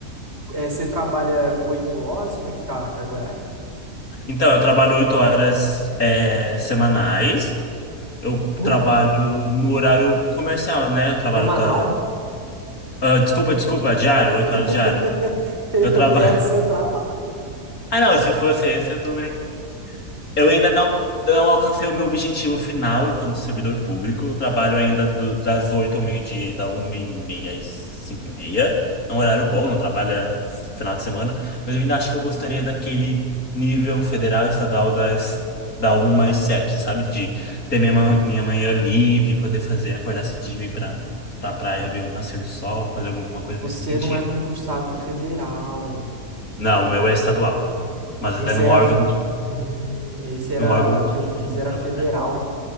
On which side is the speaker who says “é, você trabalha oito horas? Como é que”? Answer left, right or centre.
Right